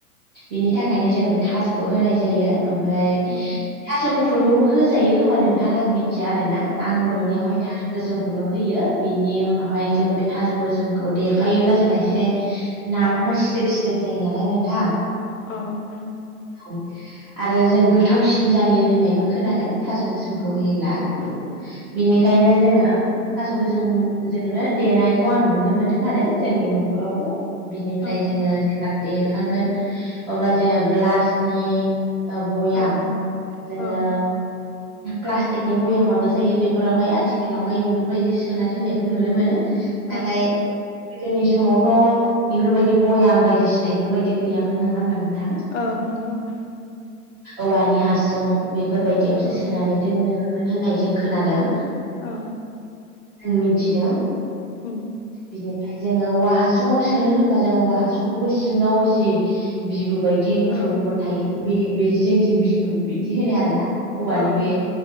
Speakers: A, on the right (about 20°); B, on the left (about 60°).
A: इनि थाखायनो जोंङो बे थास'खौ होनाय जायो ओमफाय
B: उम
A: थास' गुफ गुफुरखौबो होजायो खोमा नोंथां आं मिन्थिया आरो ना आं
B: औ
A: नुनायावहाय
B: औ
A: थास' गोसोमखौल होयो बिनि उनावहाय जोङो बे थाजो गोसोमखौ देफायोब्ला जोंना एसे नाफामा सिदोब सिदोब जायो नालाय नोंथां
B: अ नोंथां ओम
A: औ आरो जों गोथावसिन जायो होननायबो खोनादों थास' गोसोमखौ
B: औ
A: होयोब्ला बिनिखायनो जोंङो थास' गोसोम
B: उम
A: जोंनो देनायखौ आं नुनो मोनदों आरो जोंनि नखरावबो बिनिफ्राय
B: औ
A: जोङो जेब देखांगोन अब्ला जोङो ग्लासनि ओ बयाम
B: औ
A: जोङो
B: औ
A: प्लास्टिकनि भयामबाबो जायो बेफोरावहाय आथिखालावहाय बेफोरबायदि सोना दोननायखौ नुनो मोनो
B: औ
A: नाथाय गोदोनि समावथ' इफोरबायदि बयाम बायदिसिना इफोरबायदि गैयामोन नंङा होमबा नोंथां
B: औ नंगौ नोंथां
A: औवानि हासुं बेफोरबायदियावसो
B: औ
A: सोनानै दोननो मोन होननाय जों खोनादों
B: औ
A: मिथिदों
B: उम
A: बिनिफ्राय जोङो औवा हासुुङाव सोनो होनबा जोङो औवा हासुंखौबो सिङाव जि बिबु बाय दि गुफुर
B: औ
A: गुफुर थायो बे बे जोंथिं बिबु बिदि होनो आरो ना औवानि
B: औ
A: बे